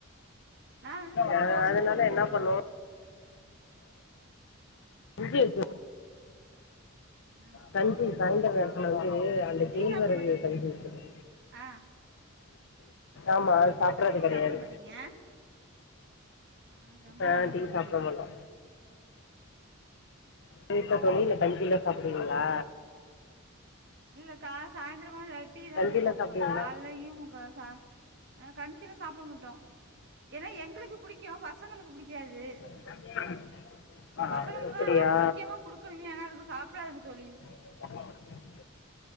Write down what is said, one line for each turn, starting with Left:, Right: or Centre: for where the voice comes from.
Right: நா வந்து இனிமே
Left: அ
Right: தோச
Left: அதனால
Right: ஊத்தணு தோழி
Left: என்ன பண்ணுவோ இது எக்கு
Right: ஆ
Left: கஞ்சி சாய்ந்தர நேரோ வந்து அந்த
Right: ஆ டீ
Left: கேழ்வரகு
Right: சாப்ட மாட்டீங்க
Left: கஞ்சி வச்சருவே
Right: ஆ ஆ
Left: ஆமா அது சாப்பட்றது
Right: அப்ப டீ
Left: கிடையாது
Right: சாப்ட மாட்டீங்க ஆ ரொம்ப
Left: ஆ
Right: நல்ல
Left: டீ
Right: பழக்கோ
Left: சாப்ட
Right: தோழி
Left: மாட்டோ வீட்ல தோழி இந்த கஞ்சி தா சாப்பிடுவீங்களா
Right: இல்ல கா சாயந்திரமா இத டீ தான்
Left: கஞ்சியில்
Right: போட்டு சாப்பிடுவோம்
Left: சாப்பிடுவீங்களா
Right: காலையும் முக்க ச கஞ்சியிலா சாப்ட மாட்டோ ஏன்னா எங்களுக்கு பிடிக்கு பசங்களுக்கு பிடிக்காது
Left: <inaudible>
Right: பசங்களுக்கு
Left: அப்படியா
Right: தா ஆனா முக்கியமா கொடுக்கணுமே ஆன்னா அதுங்க சாப்டாதுங்க தோழி
Left: <inaudible>